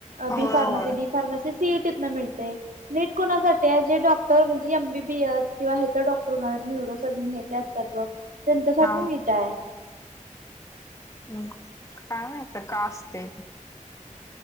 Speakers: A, on the left (about 20°); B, on the right (about 80°).
A: होय
B: बी फार्मसी
A: होय.
B: डी फार्मसी सीएटी इथन मिळतय. नीट कोणासाठी आहे जे डॉक्टर म्हणजे एमबीबीएस किंवा हेज डॉक्टर होणार न्युरोसर्जन हे- त्यांच्यासाठी
A: हा
B: नीट आहे.
A: हम्म काय माहीती काय असतय.